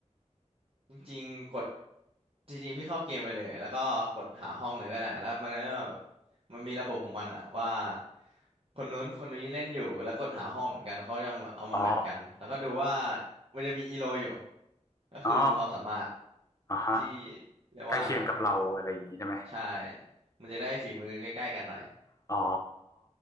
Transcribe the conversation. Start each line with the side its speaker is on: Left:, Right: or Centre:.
Right: จริงๆกดจริงๆพี่เข้าเกมไปเลยแล้วก็กดหาห้องเลยก็ได้แล้วมันไม่มาแบบมันมีระบบของมันอะว่าคนนู้นคนนี้เล่นอยู่แล้วกดหาห้องเหมือนกันเขาจะเอามาแมทกันแล้วก็ดูว่า
Left: อ๋อ
Right: มันจะมีอีโลอยู่ก็คือความสามารถ
Left: อ๋ออ๋อฮะ
Right: ที่เรียกว่า
Left: ใกล้เคียงกับเราอะไรอย่างนี้ใช่ไหม
Right: ใช่มันจะได้ฝีมือใกล้ๆกันหน่อย
Left: อ๋อ